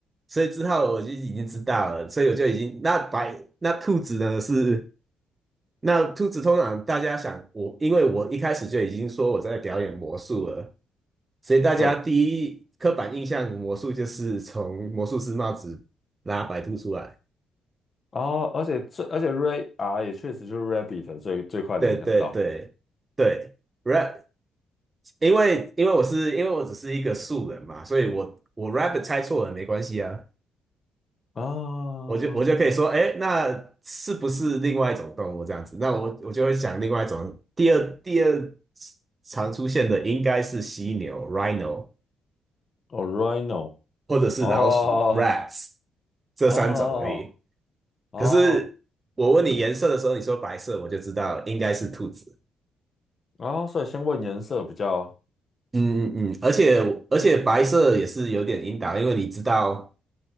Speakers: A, on the right (about 25°); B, on the left (about 40°).
A: 所以之后我就已经知道了，所以我就已经那白那兔子呢是那兔子通常大家想我，因为我一开始就已经说我在表演魔术了，所以大家第一刻板印象魔术就是从魔术师帽子拉白兔出来。
B: 对，哦，而且最而且 Ray 啊也确实就是 Rabbit 最最快联想到
A: 对对对对，rap，因为因为我是因为我只是一个素人嘛，所以我我 rabbit 猜错了没关系啊，
B: 啊哦
A: 我就我就可以说，哎，那是不是另外一种动物这样子？那我我就会想另外一种，第二第二常出现的应该是犀牛 rhino。
B: ，Rhino
A: 或者是老鼠
B: 哦
A: （rats） 这三种而已。
B: 哦哦
A: 可是我问你颜色的时候，你说白色，我就知道应该是兔子。
B: 哦，所以先问颜色比较
A: 嗯嗯嗯，而且而且白色也是有点引导，因为你知道，